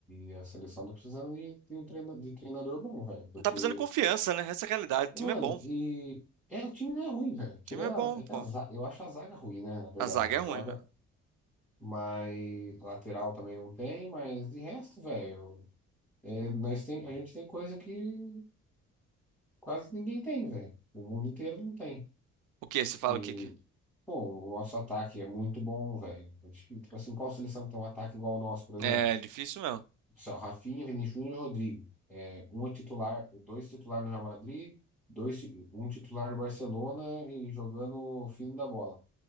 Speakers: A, in the centre; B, on the right.
A: E a seleção tá precisando de, de um treina, de treinador bom, velho. Porque,
B: Não tá precisando de confiança, né? Essa é a realidade. O
A: e,
B: time
A: mano,
B: é bom. O
A: e é, o time não é ruim, velho. Tirando
B: time é bom,
A: a, é
B: pô.
A: que a zaga, eu acho a zaga ruim, né, na verdade.
B: A zaga
A: A
B: é ruim,
A: zaga,
B: mano.
A: mas a lateral também não tem, mas de resto, velho, é, nós tem, a gente tem coisa que quase ninguém tem, velho. O mundo inteiro não tem.
B: O quê? Você fala
A: E,
B: o quê? que-
A: pô, o nosso ataque é muito bom, velho. Tipo assim, qual seleção que tem um ataque igual ao nosso, por exemplo?
B: É É difícil mesmo.
A: Só Rafinha, Vinícius Júnior e Rodrigo. É, um é titular, dois titular no Real Madrid, dois, ti- um titular no Barcelona e jogando o fino da bola.